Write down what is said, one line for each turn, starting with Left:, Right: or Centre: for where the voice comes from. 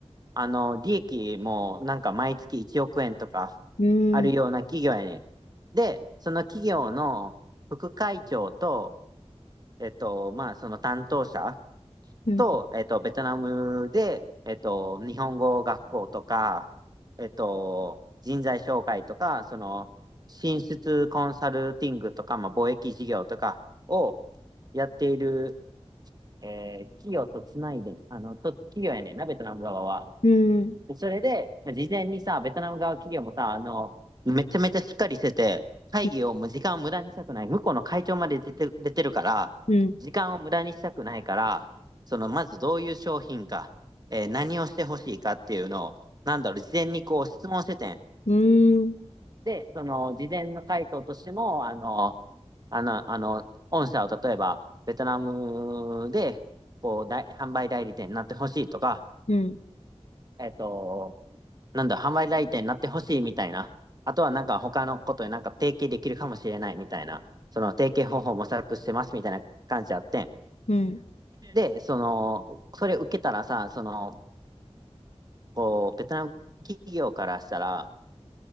Right: あのー利益もなんか毎月1億円とか
Left: うん、
Right: あるような企業やねん。で、その企業の副会長と、えっと、まあその担当者、
Left: うん、
Right: と、えっと、ベトナムで、えっと、日本語学校とか、えっと、人材紹介とか、その、進出コンサルティングとか、まあ、貿易事業とかをやっている、えー企業とつないで、あの、と企業やねんな、ベトナム側は。
Left: うん、
Right: でそれで、事前にさ、ベトナム側企業もさ、あの、めちゃめちゃしっかりしてて、会議をもう時間を無駄にしたくない。
Left: うん、
Right: 向こうの会長まで出て、出てるから、
Left: うん、
Right: 時間を無駄にしたくないから、その、まずどういう商品か、えー何をしてほしいかっていうのを、なんだろう、事前にこう質問しててん。
Left: うん、
Right: で、その、事前の回答としても、あの、あの、あの、御社を例えば、ベトナムで、こう、大販売代理店になってほしいとか、
Left: うん、
Right: えっと、なんだ、販売代理店になってほしいみたいな。あとはなんか他のことでなんか提携できるかもしれないみたいな。その提携方法を模索してますみたいな感じあって。
Left: うん、
Right: で、その、それ受けたらさ、その、こう、ベトナム企業からしたら、